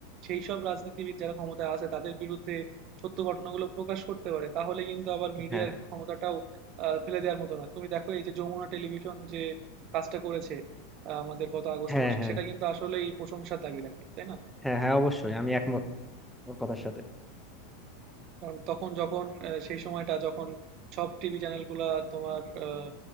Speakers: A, on the right; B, in the centre.
A: সেই সব রাজনীতিবিদ যারা ক্ষমতায় আছে তাদের বিরুদ্ধে সত্য ঘটনাগুলো প্রকাশ করতে পারে তাহলে কিন্তু আবার মিডিয়ার
B: হ্যাঁ
A: ক্ষমতাটাও আহ, ফেলে দেওয়ার মতো না তুমি দেখো এই যে যমুনা টেলিভিশন যে কাজটা করেছে আহ, আমাদের গত আগস্ট
B: হ্যাঁ
A: মাসে
B: হ্যাঁ
A: সেটা কিন্তু আসলেই প্রশংসার দাবি রাখে তাই না
B: হ্যাঁ হ্যাঁ অবশ্যই আমি একমত ওর কথার সাথে
A: কারণ তখন যখন আহ, সেই সময়টা যখন সব টিভি চ্যানেলগুলা তোমার আহ,